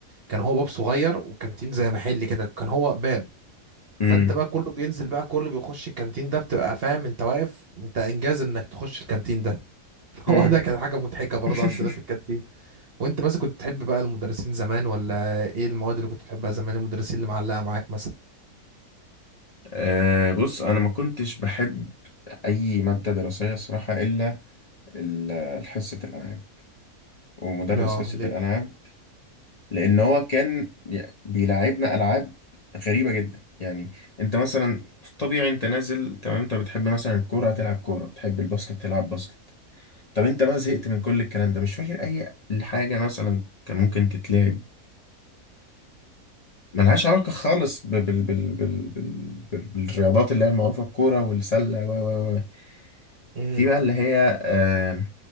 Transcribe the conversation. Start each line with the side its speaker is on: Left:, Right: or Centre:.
Right: كان هو باب صغير وكانتين زي محل كده كان هو باب
Left: <laughs>
Right: فانت
Left: امم
Right: بقى كله بينزل بقى كله بيخش الكانتين ده بتبقى فاهم انت واقف انت انجاز انك تخش الكانتين ده <laughs>
Left: امم
Right: هو ده كان حاجه مضحكه برضه
Left: <laughs>
Right: عندنا في الكانتين وانت مثلا كنت تحب بقى المدرسين زمان ولا ايه المواد اللي كنت بتحبها زمان المدرسين اللي معلقه معاك مثلا
Left: أه بص انا ما كنتش بحب اي ماده دراسيه الصراحه الا ال- حصه الالعاب ومدرس
Right: اه
Left: حصه
Right: ليه
Left: الالعاب لان هو كان ي- بيلعبنا العاب غريبه جدا يعني انت مثلا طبيعي انت نازل تمام انت بتحب مثلا الكوره هتلعب كوره بتحب الباسكت تلعب باسكت طب انت بقى زهقت من كل الكلام ده مش فاكر اي حاجه مثلا كان ممكن تتلعب ملهاش علاقة خالص ب- بال بال بال بال بال- بالرياضات اللي هي المعروفة الكورة والسلة و و و
Right: اه
Left: في بقى اللي هي آه